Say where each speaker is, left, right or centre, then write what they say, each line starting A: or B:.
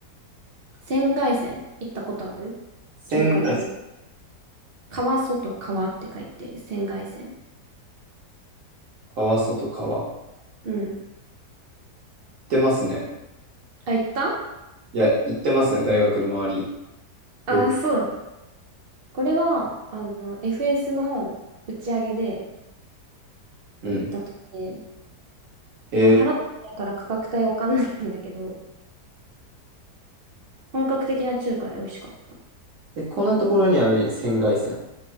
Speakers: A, on the right (about 75°); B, on the right (about 55°).
A: 仙外線行ったことある
B: 仙台、
A: 中華料理。川外川って書いて、仙外線。
B: 川外川。行っ
A: うん。
B: てますね。
A: あ、行った
B: いや、行ってますね。大学の周り。
A: あ、
B: よく。
A: そうねこれは、あの、FS の打ち上げで
B: うん。
A: 行ったとこで、
B: えー、
A: でも払ってないから価格帯わかんないんだけど、本格的な中華で美味しかった。
B: え、こんなところにあるんや。仙外線。